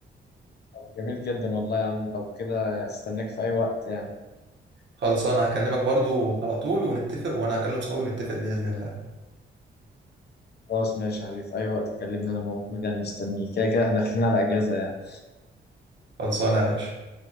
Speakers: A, on the left (about 55°); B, on the right (about 60°).
A: طب جميل جدا والله يا عم لو كده استناك في أي وقت يعني
B: خلصانة هكلمك برضو على طول ونتفق وانا هكلم صحابي ونتفق بإذن الله
A: خلاص ماشي يا حبيبي في أي وقت كلمني أنا موجود يعني مستنيك كده كده إحنا داخلين على إجازة يعني
B: خلصانة يا باشا